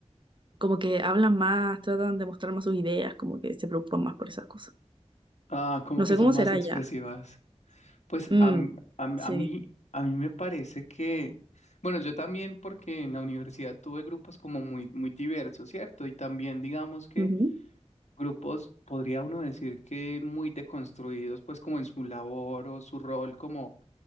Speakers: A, on the right; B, on the left.
A: como que hablan más, tratan de mostrar más sus ideas, como que se preocupan más por esas cosas.
B: ah, como
A: No
B: que
A: sé
B: son
A: cómo
B: más
A: será
B: expresivas.
A: ya.
B: Pues
A: Mm,
B: a, m- a m-
A: sí.
B: a mí, a mí me parece que, bueno, yo también porque en la universidad tuve grupos como muy, muy diversos, ¿cierto? Y también digamos que...
A: ujú.
B: grupos, podría uno decir que muy deconstruidos, pues como en su labor o su rol como